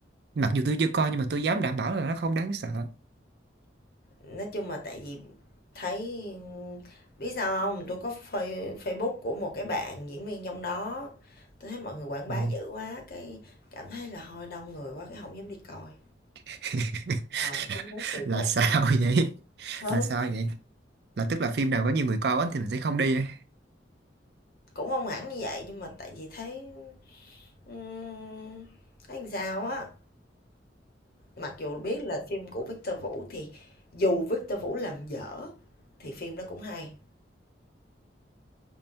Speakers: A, on the right; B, on the left.
A: mặc dù tôi chưa coi nhưng mà tôi dám đảm bảo là nó không đáng sợ
B: Nói chung là tại vì thấy biết sao không? Tôi có phây- Facebook của một cái bạn diễn viên trong đó. Tôi thấy mọi người quảng bá
A: Ừ.
B: dữ quá, cái cảm thấy là hơi đông người quá cái không dám đi coi.
A: <laughs>
B: Ờ, không dám kỳ
A: là
B: cục
A: sao
B: nữa.
A: vậy
B: Ừ.
A: là sao vậy là tức là phim nào có nhiều người coi quá thì mình sẽ không đi ấy.
B: Cũng không hẳn như vậy nhưng mà tại vì thấy ừm, thấy làm sao á. Mặc dù biết là phim của Victor Vũ thì dù Victor Vũ làm dở thì phim nó cũng hay.